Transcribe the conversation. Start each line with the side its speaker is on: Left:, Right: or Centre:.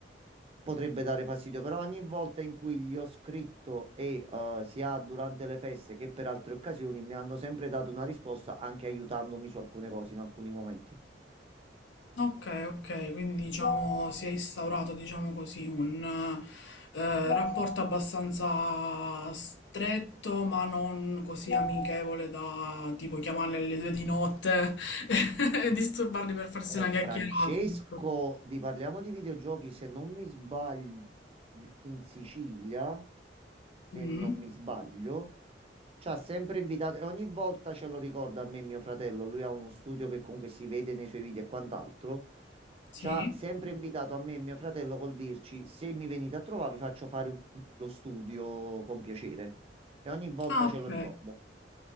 Right: potrebbe dare fastidio. Però ogni volta in cui gli ho scritto e eh, sia durante le feste che per altre occasioni mi hanno sempre dato una risposta, anche aiutandomi su alcune cose in alcuni momenti.
Left: Okay, okay, quindi diciamo si è instaurato, diciamo così, un eh, rapporto abbastanza stretto, ma non così amichevole da tipo chiamarle alle due di notte <laughs> e disturbarli per farsi
Right: Eh,
Left: una chiacchierata.
Right: Francesco,
Left: ecco.
Right: di parliamo di videogiochi, se non mi sbaglio. in Sicilia, se
Left: Mm,
Right: non mi sbaglio. Ci ha sempre invitato e ogni volta ce lo ricorda a me e mio fratello. Lui ha uno studio che comunque si vede nei suoi video e quant'altro.
Left: sì.
Right: Ci ha sempre invitato a me e mio fratello col dirci: Se mi venite a trovare, vi faccio fare un- dello studio con piacere. E ogni volta
Left: Ah, ok.
Right: ce lo Ah, ricorda.